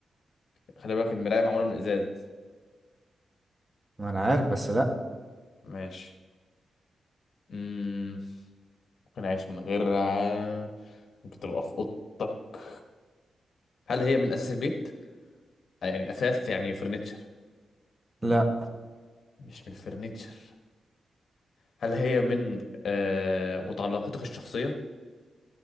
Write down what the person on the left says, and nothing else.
خلي بالك المراية معمولة من الإزاز
ماشي مم. ممكن أعيش من غيرها ممكن تبقى في أوضتك هل هي من أساس البيت آه، يعني أساس يعني فرنتشر
مش من فرنتشر هل هي من آه متعلقاتك الشخصية